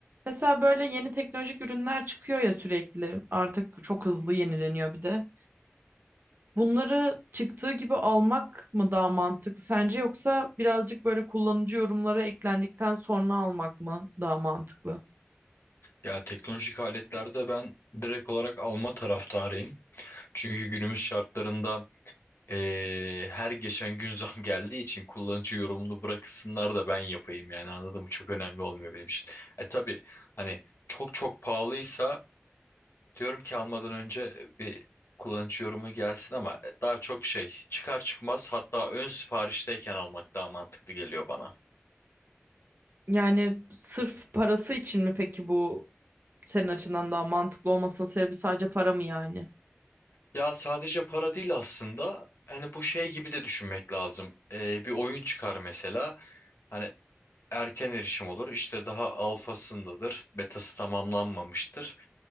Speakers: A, on the right; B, on the left.
A: Mesela böyle yeni teknolojik ürünler çıkıyor ya sürekli. Artık çok hızlı yenileniyor bir de. Bunları çıktığı gibi almak mı daha mantıklı sence yoksa birazcık böyle kullanıcı yorumları eklendikten sonra almak mı daha mantıklı?
B: Ya teknolojik aletlerde ben direkt olarak alma taraftarıyım. Çünkü günümüz şartlarında eee, her geçen gün <laughs> zam geldiği için kullanıcı yorumunu bırakısınlar da ben yapayım yani anladın mı? Çok önemli olmuyor benim için. E tabii hani çok çok pahalıysa diyorum ki almadan önce bir kullanıcı yorumu gelsin ama e, daha çok şey çıkar çıkmaz hatta ön siparişteyken almak daha mantıklı geliyor bana.
A: Yani sırf parası için mi peki bu senin açından daha mantıklı olmasının sebebi sadece para mı yani?
B: Ya sadece para değil aslında. Hani bu şey gibi de düşünmek lazım. Ee, bir oyun çıkar mesela. Hani erken erişim olur. İşte daha alfasındadır. Betası tamamlanmamıştır.